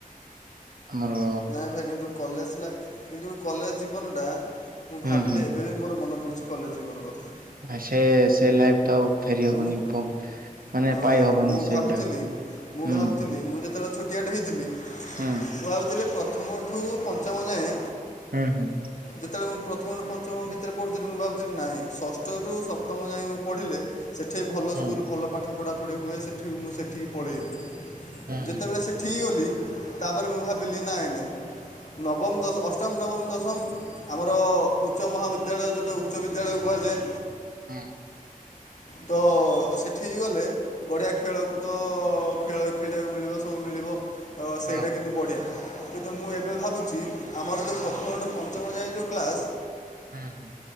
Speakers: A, on the right (about 80°); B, on the left (about 55°).
A: ଆମର
B: ନାଇଁ ଭାଇ କିନ୍ତୁ କଲେଜ ଲା କିନ୍ତୁ କଲେଜ ଜୀବନଟା ମୁଁ
A: ହୁଁ
B: ଭାବିଲେ
A: ହୁଁ
B: ଏବେ ବି ମୋର ମନ ପଡୁଚି କଲେଜ ଜୀବନ କଥା।
A: ଆ ସେ ସେ ଲାଇଫ୍ ତ ଆଉ ଫେରିହବନି
B: ମୁଁ
A: ପ
B: ହଁ,
A: ମାନେ ପାଇ ହବନି
B: ମୁଁ
A: ସେଗୁଡାକ
B: ଭାବୁଥିଲି
A: ହୁଁ।
B: ମୁଁ ଭାବୁଥିଲି ମୁଁ ଯେତବେଳେ ଛୋ ଟିଆଟେ ହେଇଥିଲି
A: ହୁଁ।
B: ମୁଁ ଭାବୁଥିଲି ପ୍ରଥମଠୁ ପଞ୍ଚମ ଯାଏଁ
A: ହୁଁ ହୁଁ।
B: ଯେତେବେଳେ ମୁଁ ପ୍ରଥମରୁୁ ପଞ୍ଚମ ଭିତରେ ପଢୁଥିଲି ମୁଁ ଭାବୁଥିଲି ନାଇଁ ଷଷ୍ଠରୁ ସପ୍ତମ ଯାଏ ମୁଁ ପଢ଼ିଲେ ସେଠେଇ ଭଲ
A: ହୁଁ
B: ସ୍କୁଲ ଭଲ ପାଠ ପଢ଼ାପଢ଼ି ହୁଏ ସେଠିକୁ ମୁଁ ସେଠିକି ପଳେଇବି
A: ହୁଁ
B: ଯେତେବେଳେ ସେ ଠିକି ଗଲି ତାପରେ ମୁଁ ଭାବିଲି ନାଇଁ ନାଇଁ ନବମ ଦଶ ଅଷ୍ଟମ ନବମ ଦଶମ ଆମର ଉଚ୍ଚ ମହାବିଦ୍ୟାଳୟ ଜୋଉଟା ଉଚ୍ଚ ବିଦ୍ୟାଳୟ କୁହାଯାଏ।
A: ହୁଁ
B: ତ ସେଠିକି ଗଲେ ବଢିଆ ଖେଳକୁଦ, ଖେଳ ଖେଳିବାକୁ ମିଳିବ, ସବୁ ମିଳିବ। ତ ସେଇଟା
A: ହଁ
B: କିନ୍ତୁ ବଢ଼ିଆ। କିନ୍ତୁ ମୁଁ ଏବେ ଭାବୁଛି ଆମର ଯେଉଁ ପ୍ରଥମଠୁ ପଞ୍ଚମ ଯାଏ ଯେଉଁ କ୍ଲାସ୍
A: ହୁଁ ହୁଁ।